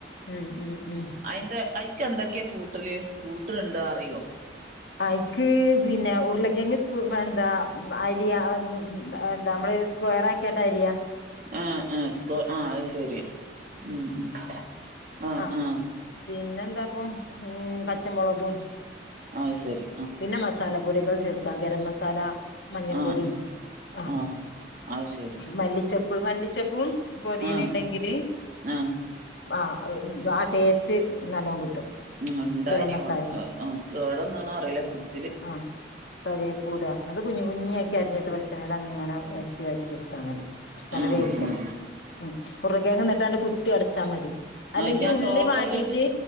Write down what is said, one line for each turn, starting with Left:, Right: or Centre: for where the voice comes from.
Left: ഉം ഉം ഉം
Right: അയിന്റെ അയി അയ്ക്കെന്തെക്കെയാ കൂട്ടല് കൂട്ട്ണുണ്ടോ അറിയോ?
Left: അയിക്ക് പിന്നെ ഉർളക്കേങ്ങ് <unintelligible> എന്താ അരിയ <unintelligible> എന്താ അമ്മള് സ്ക്വയറാക്കിട്ട് അരിയാം
Right: ആഹ് ആഹ് സ്ക്വയ ആഹ് അഹ് ശരി ഉം ഉം ആ
Left: ആഹ്
Right: ആ
Left: പിന്നെന്താപ്പൊ ഉം പച്ചമൊളകും
Right: ആഹ് സരി
Left: പിന്നെ മസാലപ്പൊടികൾ ചേർക്ക ഗരം മസാല മഞ്ഞപ്പൊടി
Right: ആ ആ
Left: ആഹ്
Right: ആ അത് ശരി
Left: മല്ലിച്ചെപ്പ് മല്ലിച്ചപ്പും പൊതീനീം
Right: ആ
Left: ഇണ്ടെങ്കില്
Right: ആ
Left: ആഹ് ഹ് ആഹ ടേസ്റ്റ് നല്ലോം കിട്ടും
Right: ഉം ഹ്ണ്ടായിനെ
Left: ഗരം മസാലിം
Right: <unintelligible> കേടന്നോന്നറീല ഫ്രിഡ്
Left: ആഹ് കരിയേപ്പുട അത് കുഞ്ഞ് കുഞ്ഞു ആക്കി അരിഞ്ഞിട്ട് വെളിച്ചെണ്ണീലങ്ങനെ വയറ്റി വയറ്റിട്ത്താ മതി നല്ല
Right: ഉം
Left: ടേസ്റ്റ്
Right: ഉം
Left: ഉം കുറുകെനിട്ടാണ്ട് കുത്തിടച്ചാ മതി അല്ലെങ്കി
Right: ആ ഞാൻ
Left: ഉള്ളി
Right: ചോപ്പറിലിട്ട്
Left: വാട്ടീട്ട്